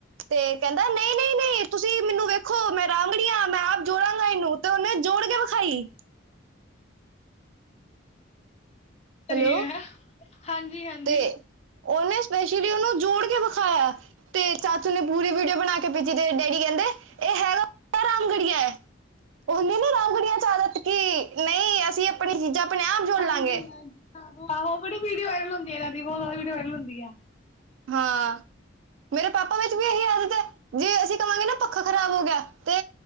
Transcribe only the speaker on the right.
ਤੇ ਕਹਿੰਦਾ ਨਹੀਂ ਨਹੀਂ ਨਹੀਂ ਤੁਸੀਂ ਮੈਨੂੰ ਵੇਖੋ ਮੈਂ ਰਾਂਗੜੀਆਂ ਮੈਂ ਆਪ ਜੋੜਾਂਗਾ ਇਹਨੂੰ। ਤੇ ਉਹਨੇ ਜੋੜ ਕੇ ਵਿਖਾਈ। ਹੈਲੋ
ਤੇ ਉਹਹਨੇ ਸਪੈਸ਼ਲੀ ਉਹਨੂੰ ਜੋੜ ਕੇ ਵਿਖਾਇਆ। ਤੇ ਚਾਚੂ ਨੇ ਪੂਰੀ ਵੀਡੀਓ ਬਣਾ ਕੇ ਭੇਜੀ ਤੇ ਡੈਡੀ ਕਹਿੰਦੇ ਇਹ ਹੈਗਾ। ਰਾਮਗੜੀਆ ਏ। ਉਹਨੇ ਨ ਰਾਮਗੜੀਆਂ ਚ ਆਦਤ ਕਿ ਨਹੀਂ ਅਸੀਂ
ਆਪਣੀ ਚੀਜ਼ਾਂ ਆਪਣੇ ਆਪ ਜੋੜ
ਲਾਂਗੇ।
ਹਾਂ। ਮੇਰੇ ਪਾਪਾ ਵਿੱਚ ਵੀ ਇਹੀ ਆਦਤ ਹੈ ਜੇ ਅਸੀਂ ਕਹਾਂਗੇ ਨਾ ਪੱਖਾ ਖ਼ਰਾਬ ਹੋ ਗਿਆ ਤੇ।